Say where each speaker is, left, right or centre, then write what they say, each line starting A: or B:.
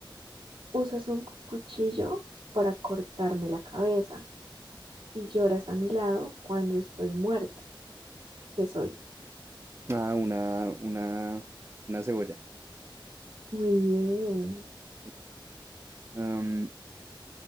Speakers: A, on the right; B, on the right.
A: Usas un cuchillo para cortarme la cabeza y lloras a mi lado cuando estoy muerta. ¿Qué soy?
B: Ah, una, una, una cebolla.
A: Muy bien.
B: <laughs> Am,